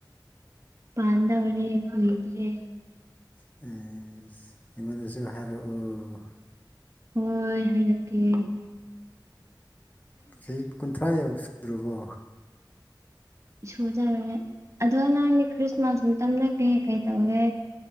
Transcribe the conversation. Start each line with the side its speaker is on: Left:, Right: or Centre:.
Right: ꯄꯥꯟꯗꯧꯔꯦ ꯀꯨꯏꯗ꯭ꯔꯦ
Left: ꯑꯦꯁ ꯑꯩꯉꯣꯟꯗꯁꯨ ꯍꯥꯏꯔꯛꯑꯣ
Right: ꯍꯣꯏ ꯍꯥꯏꯔꯛꯀꯦ
Left: ꯆꯍꯤ ꯀꯨꯟꯊ꯭ꯔꯥ ꯌꯧ ꯁꯨꯔꯕꯣ
Right: ꯁꯨꯗꯧꯔꯦ ꯑꯗꯣ ꯅꯪꯗꯤ ꯈ꯭ꯔꯤꯁꯃꯥꯁ ꯃꯇꯝꯗ ꯀꯩ ꯀꯩ ꯇꯧꯔꯦ